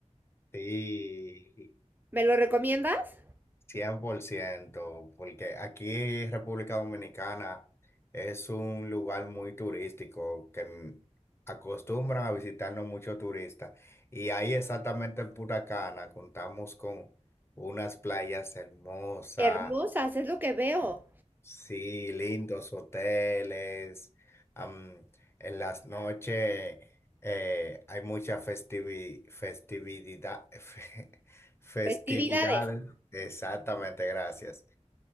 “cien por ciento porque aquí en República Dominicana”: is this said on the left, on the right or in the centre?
Left